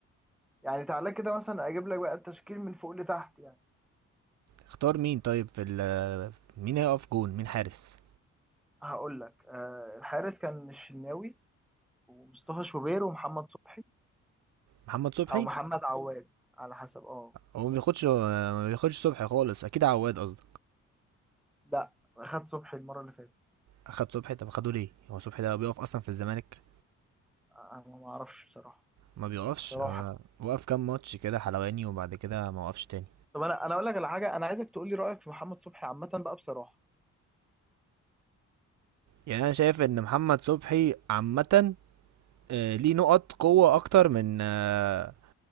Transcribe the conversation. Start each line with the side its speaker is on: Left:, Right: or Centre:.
Centre: يعني تعالى كده مثلا أجيب لك بقى التشكيل من فوق لتحت يعني
Right: اختار مين طيب في ال- آه، مين هيقف جون مين حارس
Centre: هقول لك آه، الحارس كان الشناوي ومصطفى شوبير ومحمد صبحي
Right: محمد صبحي
Centre: أو محمد عواد على حسب اه
Right: هو ما بياخدش ما بياخدش صبحي خالص اكيد عواد قصدي
Centre: لا خد صبحي المرة اللي فاتت
Right: اخد صبحي طب اخده ليه هو صبحي ده بيقف اصلا في الزمالك
Centre: آه، أنا ما أعرفش بصراحة
Right: ما بيقفش
Centre: بصراحة
Right: آه، وقف كام ماتش كده حلواني وبعد كده ما وقفش تاني
Centre: طب انا انا اقول لك على حاجه انا عايزك تقول لي رايك في محمد صبحي عامه بقى بصراحه
Right: يعني انا شايف ان محمد صبحي عامه آه، ليه نقط قوه اكتر من آه،